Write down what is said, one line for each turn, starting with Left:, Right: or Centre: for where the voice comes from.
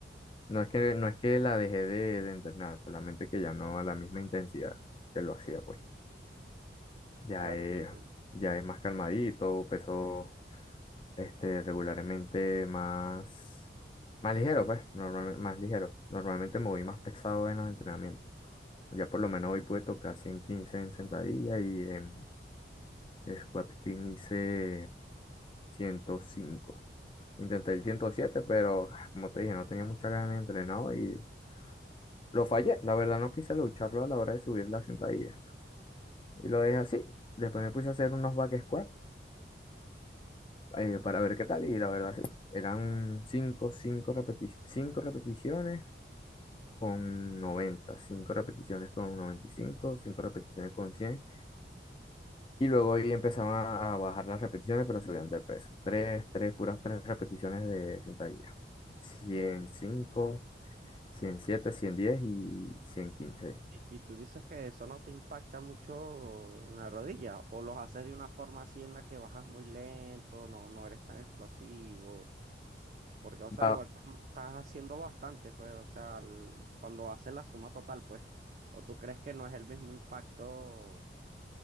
Left: no es que, no es que la dejé de, de entrenar, solamente que ya no a la misma intensidad que lo hacía, pues. Ya
Right: Claro,
Left: es,
Right: te entiendo.
Left: ya es más calmadito, peso. este, regularmente más, más ligero, pues, normalmente, más ligero. Normalmente me voy más pesado en los entrenamientos. Ya por lo menos hoy pude tocar 115 en sentadilla y en squat clean hice ciento cinco Intenté el ciento siete pero ah, como te dije, no tenía mucha ganas de entrenar hoy y lo fallé. La verdad no quise lucharlo a la hora de subir la sentadilla. Y lo dejé así. Después me puse a hacer unos back squat eh, para ver qué tal y la verdad sí. Eran cinco, cinco repeti- cinco repeticiones con 90, 5 repeticiones con 95, cinco cinco repeticiones con 100, y luego ahí empezaban a, a bajar las repeticiones, pero subían de peso. tres 3 puras 3 repeticiones de sentadilla. 105, 107, 110 y 115.
Right: Y, y tú dices que eso no te impacta mucho en la rodilla, o los haces de una forma así en la que bajas muy lento, no, no eres tan explosivo, porque, o sea,
Left: Va-
Right: igual
Left: o
Right: estás, estás haciendo bastante, pues, o sea, el- cuando haces la suma total, pues, o tú crees que no es el mismo impacto